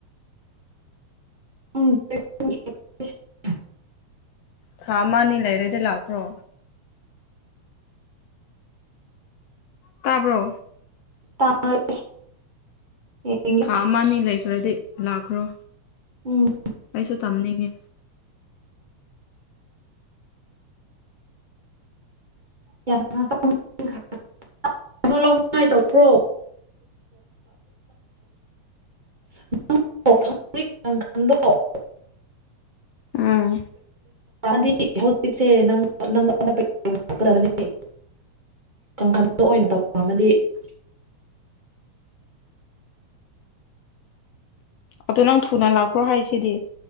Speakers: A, on the right (about 30°); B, on the left (about 75°).
A: ꯎ <inaudible>
B: ꯊꯥ ꯑꯃ ꯑꯅꯤ ꯂꯩꯥꯏꯔꯗꯤ ꯂꯥꯛꯈ꯭ꯔꯣ ꯇꯥꯕ꯭ꯔꯣ
A: ꯇꯥꯢ ꯌꯦꯡꯒꯦ
B: ꯊꯥ ꯑꯃ ꯑꯅꯤ ꯂꯩꯈ꯭ꯔꯗꯤ ꯂꯥꯛꯈ꯭ꯔꯣ
A: ꯎꯝ
B: ꯑꯩꯁꯨ ꯇꯝꯅꯤꯡꯉꯤ
A: ꯌꯥꯝ <inaudible> ꯀꯩꯅꯣ ꯂꯧꯅꯤꯡꯉꯥꯏ ꯇꯧꯕ꯭ꯔꯣ ꯅꯪ ꯍꯧꯖꯤꯛ ꯀꯪꯈꯥꯟꯗꯣ
B: ꯎꯝ
A: ꯗꯤ ꯍꯧꯖꯤꯛꯁꯦ ꯅꯉꯣꯟꯗ ꯂꯥꯛꯀꯗꯕꯅꯤ <inaudible> ꯀꯥꯡꯈꯟꯇꯣ ꯑꯣꯏꯅ ꯇꯧ ꯄꯥꯝꯃꯗꯤ ꯎ <inaudible>
B: ꯑꯗꯣ ꯅꯪ ꯊꯨꯅ ꯂꯥꯛꯈ꯭ꯔꯣ ꯍꯥꯏꯁꯤꯗꯤ